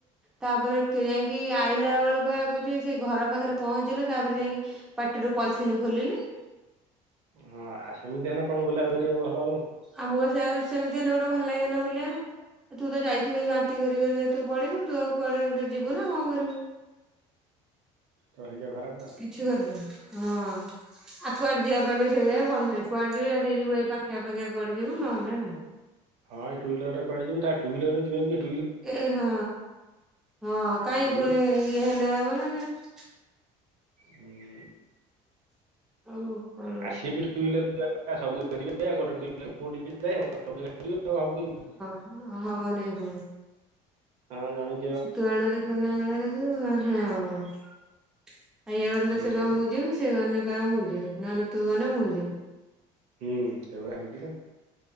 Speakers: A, in the centre; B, on the right.
A: ତାପରେ କେ ଯାଇକି ଆଇଲା ବେଳୁପା କହୁଚି ସେ ଘର ପାଖରେ ପହଞ୍ଚିଲା ତାପରେ ଯାଇକି ପାଟିରୁ ପଲିଥିନ୍ ଖୋଲିଲି।
B: ହଁ ଆଉ ସେମିତି ହେନେ କଣ ବୁଲାବୁଲି କରିବାକୁ ଭଲ ହବ।
A: ଆଉ ମୁଁ ସେଇଆ କଉଚି ସେମିତି ହେଲେ ଗୋଟେ ଭଲ ଲାଗିବନା ବୁଲିବାପାଇଁ। ତୁ ତ ଯାଇଥିବୁ ବାନ୍ତି କରିକରିକା ତୁ ପଢିବୁ ତୁ ଆଉ ପଳେଇ ଗୋଟେ ଯିବୁ ନା କଣ କରିବୁ।
B: ତୋ ଭାଗ୍ୟ ଖରାପା ଆଉ।
A: କିଛି କରିବନି ହଁ ଆଉ କୁଆଡେ ଯିବା ପାଇଁ ସେ ମନ ନାହିଁ କୁଆଡେ ଯିବ ଯିବୁ ଏଇ ପାଖିଆ ପାଖିଆ ଯିବୁ ନହେନେ ନାଇଁ।
B: ହଁ ଟୁଇଲର ରେ କୁଆଡେ ଯିବୁ ତା ଟୁଇଲର ରେ ଯିବାକୁ କି
A: ଏ ହଁ ହଁ କାଇ
B: ସିଏ
A: ପୁଣି
B: ବି
A: ଏ ହେନେ ହବନା ନାଇଁ।
B: ହୁଁ
A: ଆଉ କଣ?
B: <inaudible> <inaudible>
A: <inaudible>
B: ହଁ ଜଣେଇ
A: <inaudible> ଖାଇବାକୁ ଗନେତ
B: ହୁଁ,
A: ସେ
B: ସେଇପା।
A: କଇବ ମୁଁ ଯିବି ସେ କଇନେ କଇବ ମୁଁ ଯିବି ନହେଲେ ତୁ ଗନେ ମୁଁ ଯିବି।
B: ହୁଁ ସେଇଭଳିଆ ହଉଚି ପା।